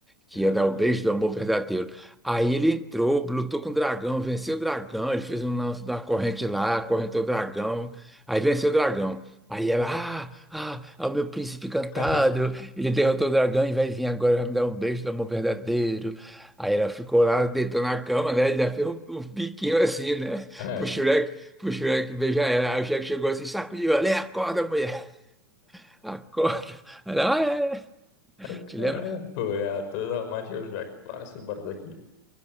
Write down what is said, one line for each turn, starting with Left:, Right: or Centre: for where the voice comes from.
Centre: que
Left: Exatamente.
Centre: ia dar o beijo do amor verdadeiro. Aí ele entrou, lutou com o dragão, venceu o dragão, ele fez um lance da corrente lá, acorrentou o dragão, aí venceu o dragão. Aí ela, ah, ah, é o meu príncipe encantado,
Left: <laughs>
Centre: ele derrotou o dragão e vai vir agora, vai me dar um beijo do amor verdadeiro. Aí ela ficou lá, deitou na cama, né? Ele ainda fez um, um piquinho assim, né?
Left: É,
Centre: Pro Shrek, pro Shrek beijar ela. Aí o Shrek chegou assim, sacudiu, ela, "Ei, acorda, mulher, acorda. Ela, ah, é.
Left: é,
Centre: Te
Left: cara,
Centre: lembra?
Left: foi, é, toda a marcha os moleques, bora se embora daqui.